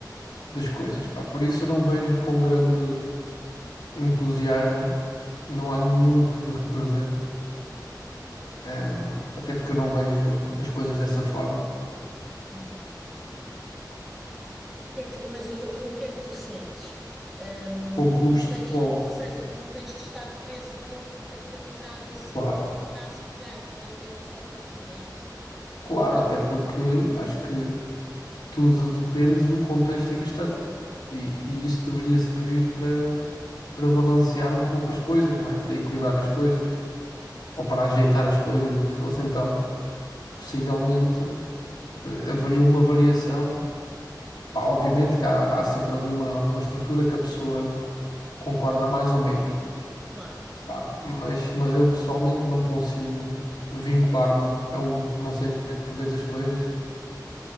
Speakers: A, on the left (about 70°); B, in the centre.
A: das coisas, pá. Por isso eu não vejo com grande entusiasmo, não há nenhum que me represente, Ahm, até porque eu não vejo as coisas dessa forma,
B: Uhum. O que é que- mas o, o que é que tu sentes? Ahm,
A: como
B: que
A: clubes
B: não tens,
A: de futebol,
B: ou seja, que não tens de estar preso a, a determinadas,
A: claro.
B: a determinados ideais, não é? E a um só partido, é isso.
A: Claro, até porque acho que tudo depende do contexto em que está e, e isso deveria servir para para balancear um pouco as coisas, não é? Para equilibrar as coisas ou para ajeitar as coisas, o que fosse. Então, possivelmente, eh, haveria uma variação. Pá, obviamente que há, há sempre ali uma, uma estrutura que a pessoa concorda mais ou menos.
B: Claro, sim.
A: Pá, mas, mas eu pessoalmente não consigo vincular-me a um. Não sei como é que tu vês as coisas.